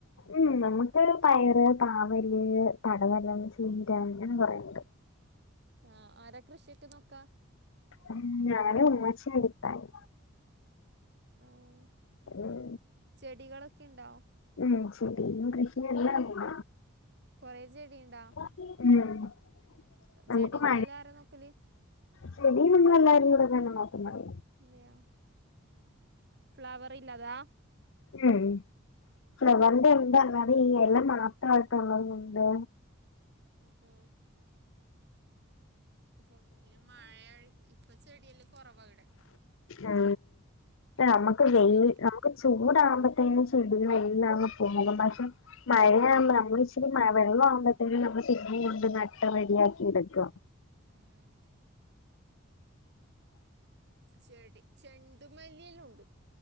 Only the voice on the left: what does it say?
ഉം നമുക്ക് പയറ്, പാവല്, പടവെലം, ചീര, അങ്ങനെ കുറേണ്ട്.
ഉ ഞാന്, ഉമ്മച്ചി, അടിതയി.
ഉം
ഉം ചെടിയും ഉം കൃഷിയെല്ലാണ്ട്.
ഉം നമുക്ക്
മഴ
ചെടി നമ്മളെല്ലാരും കൂടെ തന്നെ നോക്കുന്നത്.
ഉം ഇ ഫ്ലവോർ എന്ത അ എല്ലാം മാത്രമായിട്ടോള്ളും ഉണ്ട്.
ഉ നമ്ക്ക് വെയ്
ഇപ്പ ചൂടാകുമ്പോത്തേനും ചെടികളെല്ലാം അങ്ങ് പോവും. പക്ഷെ മഴയാമ്പ നമ്മള് ഇച്ചരി വെള്ളം ആവുമ്പോഴത്തേനും നമ്മള് പിനിം കൊണ്ട് നട്ടം റെഡിയാക്കി എടുക്കുക